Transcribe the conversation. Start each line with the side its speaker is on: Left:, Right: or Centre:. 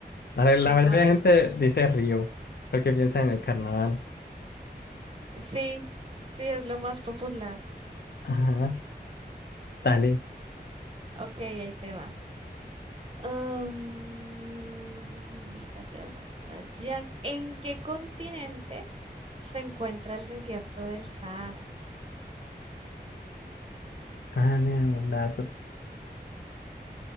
Left: A ver, la
Right: qué
Left: mayoría
Right: mal.
Left: de gente dice Río porque piensa en el carnaval.
Right: Sí, sí, es lo más popular.
Left: Ajá, dale
Right: Ok, ahí te va. Am, está ya, está ya. ¿En qué continente se encuentra el desierto del Sahara?
Left: Ah, neondazo.